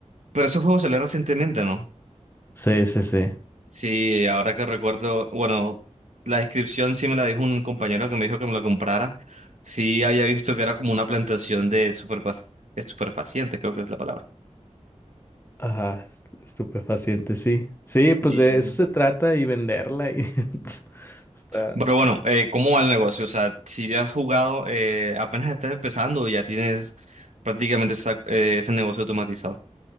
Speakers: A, on the right; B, on the left.
A: pero esos juegos salieron recientemente, ¿no?
B: Sí, sí, sí.
A: Sí, ahora que recuerdo, bueno, la descripción sí me la dijo un compañero que me dijo que me lo comprara. Sí, había visto que era como una plantación de superfac- estupefacientes, creo que es la palabra.
B: Ajá, est- estupefacientes, sí. Sí, pues
A: Sí.
B: de eso se trata y venderla y <laughs> está,
A: Pero bueno, eh, ¿cómo va el negocio? O sea, si ya has jugado, eh, apenas estás empezando y ya tienes prácticamente esa- eh, ese negocio automatizado.